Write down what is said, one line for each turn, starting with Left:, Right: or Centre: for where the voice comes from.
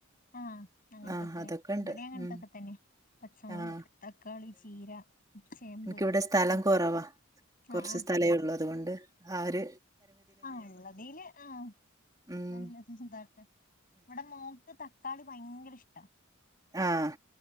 Left: ആഹ് അങ്ങൻത്തൊക്കെല്ലെ
Right: ആഹ് അതൊക്കെണ്ട്
Left: ഇവടി അങ്ങൻത്തൊക്കെ
Right: ഉം
Left: തന്നെ പച്ചമുളക്,
Right: ആഹ്
Left: തക്കാളി, ചീര ചേമ്പ്
Right: ഇൻക്കിവിടെ സ്ഥലം
Left: ഉം.
Right: കുറവാ, കുറച്ച്
Left: ആ ആ
Right: സ്ഥലേ ഒള്ളൂ. അതുകൊണ്ട് ആ ഒര്
Left: ആഹ് ഇള്ളതില് ആഹ്
Right: ഉം
Left: നല്ലത് ഇതാക്കാ. ഇവടെ മോക്ക് ത ക്കാളി ഭയങ്കര ഇഷ്ടാ.
Right: ആഹ്